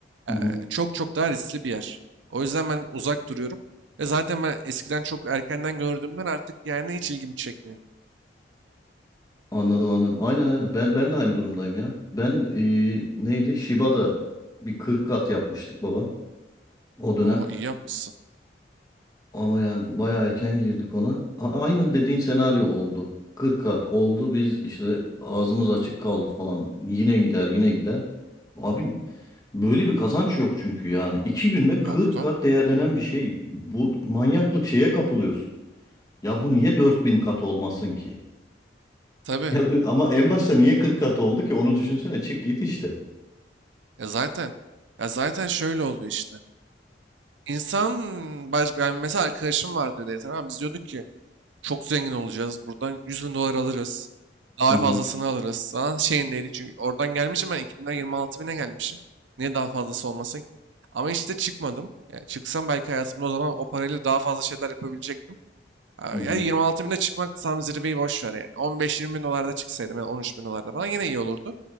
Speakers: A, on the left; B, on the right.
A: Hı
B: Ee,
A: hı.
B: çok çok daha riskli bir yer. O yüzden ben uzak duruyorum. Ve zaten ben eskiden çok erkenden gördüğümden artık yani hiç ilgimi çekmiyor.
A: Anladım anladım. Aynen aynen. Ben ben de aynı durumdayım ya. Ben eee, neydi? Shiba'da bir 40 kat yapmıştık babam o dönem.
B: O iyi yapmışsın.
A: Ama yani bayağı erken girdik ona. A- Aynı dediğin senaryo oldu. 40 kat oldu. Biz işte ağzımız açık kaldı falan. Yine gider, yine gider. Abi böyle bir kazanç yok çünkü yani. iki günde
B: Yoktu.
A: 40 kat değerlenen bir şey. Bu manyaklık şeye kapılıyorsun. Ya bu niye dört bin kat olmasın ki?
B: Tabii.
A: Ya ama en başta niye 40 kat oldu ki? Onu düşünsene. Çık git işte.
B: Ya zaten ya zaten şöyle oluyor işte. İnsan baş, yani mesela arkadaşım vardı dedi. Tamam biz diyorduk ki Çok zengin olacağız. Buradan 100 bin dolar alırız. Daha
A: Hı hı.
B: fazlasını alırız. Falan şeyindeydi çünkü oradan gelmişim ben 2000'den 26 bine gelmişim. Niye daha fazlası olmasın ki? Ama işte çıkmadım. Yani çıksam belki hayatımda o zaman o parayla daha fazla şeyler yapabilecektim. Ha,
A: Hı hı.
B: Yani 26 bine çıkmak tam zirveyi boş ver yani. 15-20 bin dolarda çıksaydım yani 13 bin dolarda falan yine iyi olurdu.